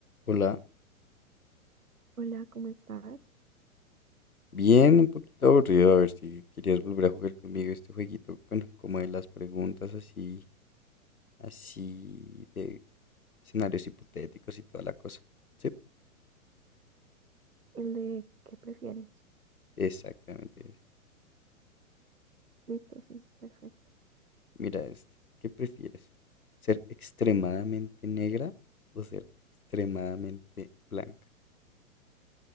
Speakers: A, on the left (about 85°); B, on the right (about 80°).
A: Hola,
B: Hola, ¿cómo estás?
A: bien, un poquito aburrido, a ver si querías volver a jugar conmigo este jueguito, bueno, como de las preguntas así, así de escenarios hipotéticos y toda la cosa. Sí,
B: El de ¿qué prefieres?
A: exactamente. ese.
B: Listo, sí, perfecto.
A: Mira este, ¿qué prefieres? ¿Ser extremadamente negra o ser extremadamente blanca?